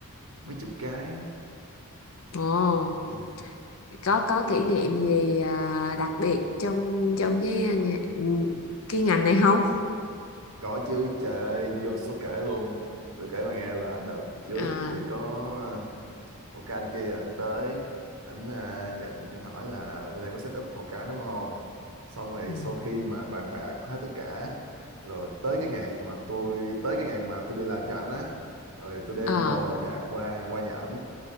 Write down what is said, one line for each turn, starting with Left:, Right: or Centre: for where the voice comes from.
Right: mấy chục cái
Left: Ồ,
Right: ờ,
Left: có có kỷ niệm gì à, đặc biệt trong trong cái ng- cái ngành này không?
Right: có chứ trời ơi vô số kể luôn tôi kể bà nghe là đợt trước
Left: À,
Right: tôi có ờ, một cái anh kia anh tới anh à, nhận anh hỏi là bên đây có set up hồ cá đúng không xong rồi
Left: ừ,
Right: sau khi mà bàn bạc hết tất cả rồi tới cái ngày mà tôi tới cái ngày mà tôi đi làm cho ảnh á rồi tôi đem
Left: à,
Right: đồ đạc qua qua nhà ảnh